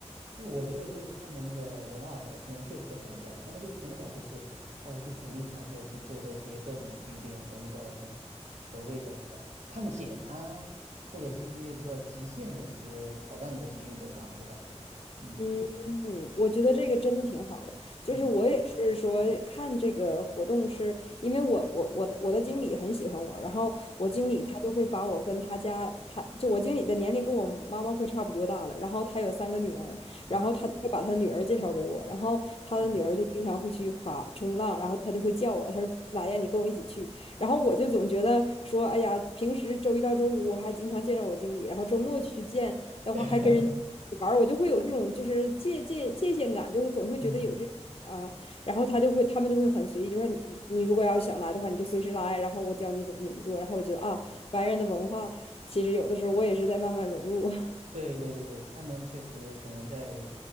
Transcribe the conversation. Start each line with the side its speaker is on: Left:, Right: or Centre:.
Right: 我觉得就是他们的文化，我可能确实不太一样。他们就从小就是他会去鼓励他说去做这些各种有点我们叫什么所谓的呃探险啊，或者是一些比较极限的一些挑战这些运动吧。我感觉，嗯
Left: 嗯嗯，我觉得这个真的挺好的。就是我也是说看这个活动是，
Right: 嗯
Left: 因为我我我的我的经理很喜欢我，然后我经理他就会把我跟他家，
Right: 嗯
Left: 他就我经理的年龄跟我妈妈快差不多大了，然后他有三个女儿，
Right: 嗯
Left: 然后他就会把他女儿介绍给我，然后他的女儿就经常会去滑冲浪，
Right: 嗯
Left: 然后他就会叫我，他说来呀，你跟我一起去。然后我就总觉得说，哎呀，平时周一到周五我还经常见着我经理，然后周末去见。的话还跟人
Right: <laughs>
Left: 玩儿，我就会有这种就是界界界限感，就总会觉得有这种啊，
Right: 嗯，
Left: 然后他就会他们就会很随意，就说你你如果要想来的话，你就随时来，然后我教你怎么怎么做，然后我觉得啊，白人的文化其实有的时候我也是在慢慢融入，<laughs>
Right: 对对对对，他们确实可能在